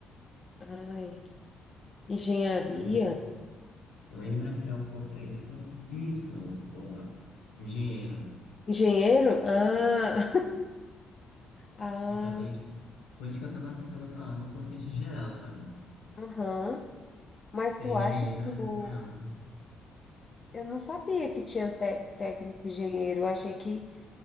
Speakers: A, on the left; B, on the left.
A: Ai, engenharia.
B: Lem- Lembra que é o contexto. Isso, boa. Engenheiro.
A: Engenheiro? Ah, <laughs> ah,
B: Eu falei Por isso que eu tava tentando falar no contexto geral, sabe?
A: aham. Mas
B: Porque
A: tu
B: engenheiro
A: acha que
B: é,
A: o...
B: é amplo.
A: Eu não sabia que tinha tec- técnico engenheiro. Eu achei que,